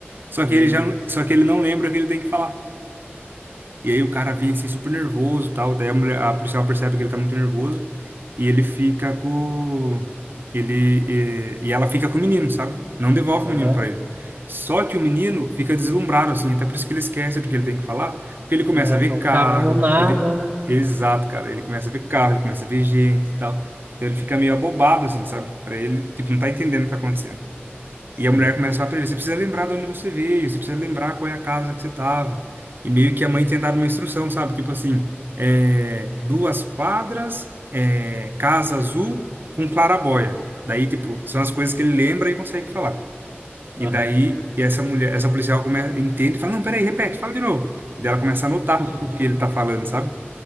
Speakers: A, on the right; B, on the right.
A: Só
B: Eita.
A: que ele já, não- só que ele não lembra o que ele tem que falar. E aí o cara vem assim super nervoso, e tal, daí a mulher, a policial percebe que ele tá muito nervoso e ele fica com ele e, e ela fica com o menino, sabe? Não devolve o menino
B: Aham.
A: pra ele. Só que o menino fica deslumbrado assim, até por isso que ele esquece do que ele tem que falar, porque ele começa
B: Não é,
A: a ver
B: nunca
A: carro,
B: viu nada,
A: ele
B: né?
A: exato, cara, ele começa a ver carro, ele começa a ver gente, e tal. Então ele fica meio abobado assim, sabe? Pra ele, tipo, não tá entendendo o que tá acontecendo.
B: Sei.
A: E a mulher começa a falar pra ele, você precisa lembrar de onde você veio, você precisa lembrar qual é a casa que você tava. E meio que a mãe tinha dado uma instrução, sabe? Tipo assim, é, duas quadras, é, casa azul com claraboia. Daí, tipo, são as coisas que ele lembra e consegue falar. E
B: Aham.
A: daí, e essa mulher, essa policial começa, entende e fala, não, peraí, repete, fala de novo. E daí ela começa a anotar
B: <laughs>
A: o que ele tá falando, sabe?